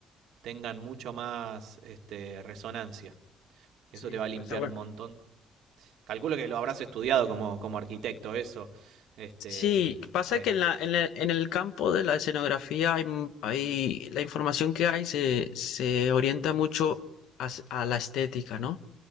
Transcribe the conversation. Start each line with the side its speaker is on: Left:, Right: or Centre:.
Right: tengan mucho más este, resonancia. Y
Left: Sí,
Right: eso te va
Left: pues,
Right: a limpiar
Left: Está pues.
Right: un montón.
Left: bueno.
Right: Calculo que lo habrás
Left: Es-
Right: estudiado como, como arquitecto, eso. Este,
Left: Sí, pasa
Right: ahí.
Left: que en la, en el, en el campo de la escenografía hay, m- hay- la información que hay se, se orienta mucho a, s- a la estética, ¿no?